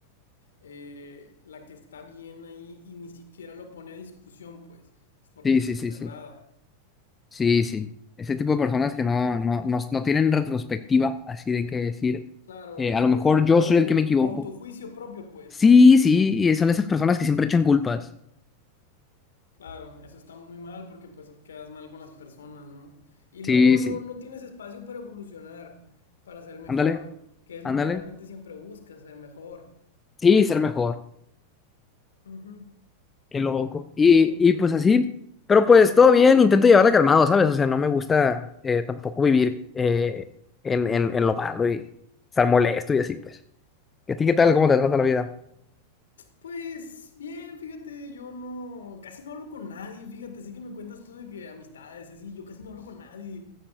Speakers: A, on the left; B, on the left.
A: eh, la que está bien ahí y ni siquiera lo pone a discusión, pues. Es porque
B: Sí,
A: está
B: sí,
A: cerrada.
B: sí, sí. Sí, sí. Ese tipo de personas que no, no, no, no tienen retrospectiva, así de que decir,
A: Claro,
B: eh, a
A: sí,
B: lo mejor
A: o
B: yo
A: y auto,
B: soy el que me equivoco.
A: autojuicio propio, pues.
B: Sí, sí, y son esas personas que siempre echan culpas.
A: Claro, eso está muy mal porque pues quedas mal con las personas, ¿no? Y
B: Sí,
A: luego
B: sí.
A: no, no tienes espacio para evolucionar, para ser mejor,
B: Ándale.
A: que es
B: Ándale.
A: lo que realmente siempre buscas, ser mejor.
B: Sí, ser mejor.
A: Ujú,
B: Qué loco. Y,
A: Sí, entiendo.
B: y pues así, pero pues todo bien, intento llevarla calmado, ¿sabes? O sea, no me gusta eh, tampoco vivir eh, en, en, en lo malo y estar molesto y así, pues. ¿Y a ti qué
A: Claro.
B: tal? ¿Cómo te trata la vida?
A: Pues bien, fíjate, yo no, casi no hablo con nadie, fíjate, sí que me cuentas tú de que amistades, así, yo casi no hablo con nadie.